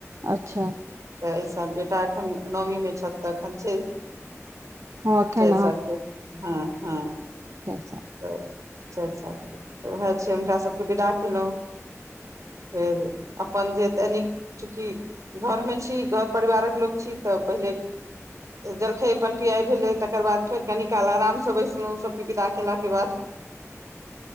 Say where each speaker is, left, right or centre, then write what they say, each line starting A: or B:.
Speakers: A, on the right (about 60°); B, on the right (about 75°).
A: अच्छा
B: तऽ एहि साल बेटा एखन नमी मे छथि तऽ एखन छै
A: हँ एखन
B: चारि सालके हँ हँ
A: चैरसा
B: त चारि सालके तऽ उएह छै हुनका सबके विदा केलौं फेर अपन जे दैनिक चुकि घरमे छी घर परिवारक लोक छी तऽ पहिले जलखै पैन पियाय भेलै तकर बाद फेर कनी काल आराम स बैसलौं सबके विदा केला के बाद